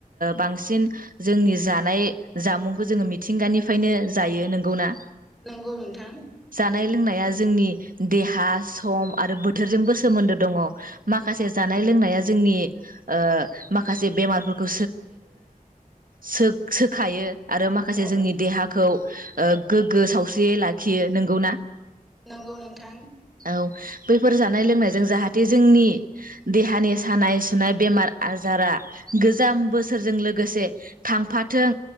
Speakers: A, on the right (about 70°); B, in the centre.
A: बांसिन जोंनि जानाय जामुंखौ जोङो मिथिंगानिफ्रायनो जायो नों नंगौ ना
B: नंगौ नोंथां
A: जानाय लोंनाया जोंनि देहा सम आरो बोथोरजोंबो सोमोन्दो दङ माखासे जानाय लोंनाया जोंनि ओ माखासे बेमारफोरखौ सो सोखायो आरो माखासे
B: औ
A: जोंनि देहाखौ ओ गोग्गो सावस्रि लाखियो नोंगौ ना
B: नंगौ नोंथां
A: बैफोर जानाय लोंनायजों जाहाथे जोंनि देहानि सानाय सुनाय बेमार आजारा गोजाम बोसोरजों लोगोसे थांफाथों